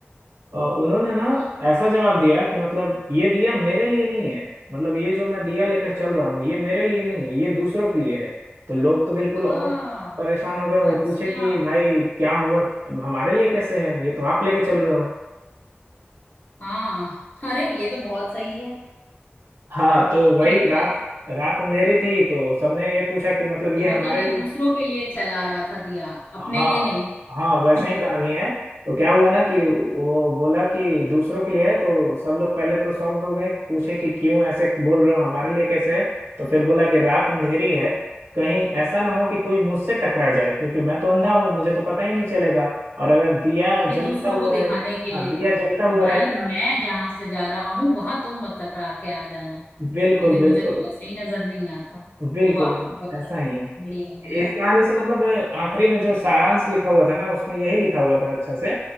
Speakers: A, on the right; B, on the left.
A: अ, उन्होंने ना ऐसा जवाब दिया कि मतलब ये दिया मेरे लिए नहीं है मतलब ये जो मैं दिया लेकर चल रहा हूँ ये मेरे लिए नहीं है ये दूसरों के लिए है तो लोग तो बिल्कुल
B: आ,
A: और परेशान हो गए वो
B: अच्छा
A: पूछे कि भाई क्या हुआ हमारे लिए कैसे है ये तो आप लेके चल रहे हो
B: हाँ अरे ये तो बहुत सही है
A: हाँ तो वही
B: ये
A: रात
B: तो
A: रात अंधेरी थी तो सबने ये पूछा कि मतलब
B: तो
A: ये
B: मतलब
A: हमारे
B: ये
A: लिए
B: दूसरों के लिए चला रहा था दिया अपने
A: हाँ
B: लिए नहीं
A: हाँ वैसे
B: <laughs>
A: ही कहानी है तो क्या हुआ ना कि वो बोला कि दूसरों के लिए है तो सब लोग पहले तो शॉक्ड हो गए पूछे कि क्यों ऐसे बोल रहे हो हमारे लिए कैसे है तो फिर बोला कि रात अंधेरी है कहीं ऐसा ना हो कि कोई मुझसे टकरा जाए क्योंकि मैं तो अंधा हूँ मुझे तो पता ही नहीं चलेगा और अगर दिया
B: ये
A: जलता
B: दूसरों
A: हुआ
B: को दिखाने
A: रहे
B: के लिए
A: हाँ दिया
B: था
A: जलता हुआ
B: कि भाई
A: रहेगा
B: मैं जहां से जा रहा हूँ वहां तुम मत टकरा के आ जाना
A: बिल्कुल
B: क्योंकि मुझे
A: बिल्कुल
B: तो वैसे ही नजर नहीं आता
A: बिल्कुल
B: वाह बढ़िया
A: ऐसा ही है
B: बढ़िया बढ़िया
A: इस कहानी से मतलब आखिरी में जो सारांश लिखा हुआ था ना उसमें यही लिखा हुआ था अच्छा से